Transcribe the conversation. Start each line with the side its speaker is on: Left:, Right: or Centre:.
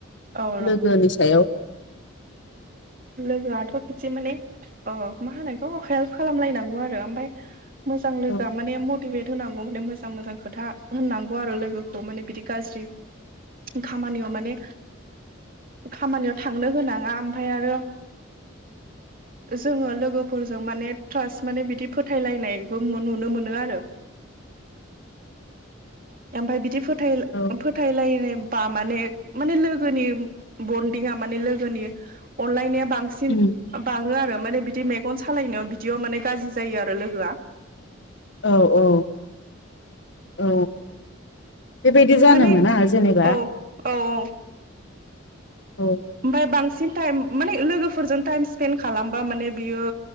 Right: औ र'
Left: लोगोनि सायाव
Right: लोगोआथ' बिदि माने मा होनायखौ हेल्प खालामलायनांगौ आरो ओमफ्राय मोजां लोगो
Left: औ
Right: मानेया माने मटिभेट होनांगौ माने मोजां मोजां खोथा होननांगौ आरो लोगोखौ माने बिदि गाज्रि खामानियाव माने खामानियाव थांनो होनाङा ओमफ्राय आरो
Left: <unintelligible>
Right: जोङो लोगोफोरजों माने ट्रासट माने बिदि फोथायलायनायबो नुनो मोनो आरो
Left: <unintelligible>
Right: ओमफाय बिदि फोथाय
Left: औ
Right: फोथायलायनाय बा माने माने लोगोनि बनदिं आ माने लोगोनि अनलायनाय बांसिन
Left: उम
Right: बाङो आरो माने बिदि मेगन सालायनायाव बिदियाव माने गाज्रि जायो आरो लोगोआ
Left: औ औ औ बेबायदि जानो
Right: माने
Left: मोना जेनेबा
Right: औ औ
Left: औ
Right: ओमफाय बांसिन टाइम माने लोगोफोरजों टाइम स्पेन्ड खालामबा माने बियो